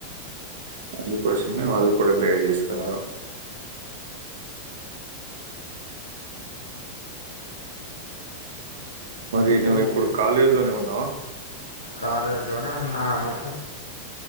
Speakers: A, on the right (about 60°); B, on the left (about 70°).
A: అందుకోసమే వాళ్ళు కూడా లేటు చేసుకున్నారు మరి
B: ఇంకేంది
A: నువ్ ఇప్పుడు కాలేజ్ లో ఊ హలో
B: కాలేజీ లోనే ఉన్నాను